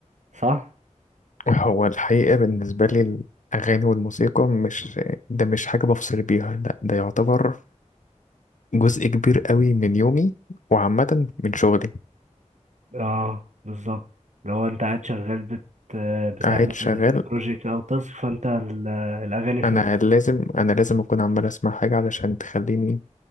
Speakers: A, on the right; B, on the left.
A: صح؟
B: هو الحقيقة بالنسبة لي الأغاني والموسيقى مش ده مش حاجة بفصل بيها لا ده يعتبر جزء كبير قوي من يومي وعامة من شغلي
A: اه بالظبط لو انت قاعد شغال بت بتعمل
B: قاعد شغال
A: بروجيكت او تاسك فانت ال- الاغاني في
B: أنا
A: ودنك.
B: لازم أنا لازم أكون عمال أسمع حاجة علشان تخليني